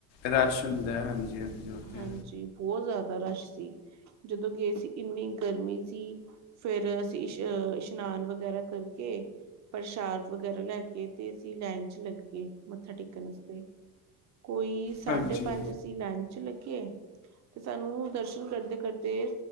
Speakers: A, on the left; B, on the right.
A: ਰਸ਼ ਹੁੰਦਾ ਹਾਂਜੀ- ਹਾਂਜੀ- ਉਹ ਤੇ
B: ਹਾਂਜੀ ਬਹੁਤ ਜ਼ਿਆਦਾ ਰਸ਼ ਸੀ ਜਦੋਂ ਗਏ ਸੀ ਇੰਨੀ ਗਰਮੀ ਸੀ। ਫੇਰ ਅਸੀ ਇ ਇਸ਼ਨਾਨ ਵਗੈਰਾ ਕਰਕੇ ਪ੍ਰਸ਼ਾਦ ਵਗੈਰਾ ਲੈ ਕੇ ਤੇ ਅਸੀ ਲਾਈਨ 'ਚ ਲਗ ਗਏ ਮਥਾ ਟੇਕਣ ਵਾਸਤੇ ਕੋਈ ਸਾਢੇ
A: ਹੈ। ਹਾਂਜੀ
B: ਪੰਜ ਅਸੀ ਲਾਈਨ 'ਚ ਲਗੇ ਤੇ ਸਾਨੂੰ ਦਰਸ਼ਨ ਕਰਦੇ- ਕਰਦੇ